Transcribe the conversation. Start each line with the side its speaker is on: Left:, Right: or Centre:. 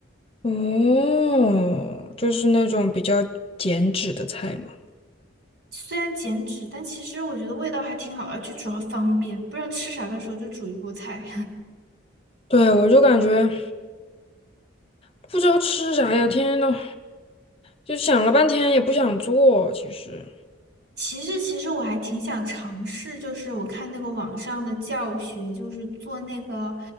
Left: 哦，就是那种比较减脂的菜嘛。
Right: 虽然减脂，但其实我觉得味道还挺好，而且主要方便，不知道吃啥的时候就煮一锅菜。
Left: 对，我就感觉不知道吃啥呀，天天都就想了半天也不想做。其实
Right: 其实，其实我还挺想尝试，就是我看那个网上的教学，就是做那个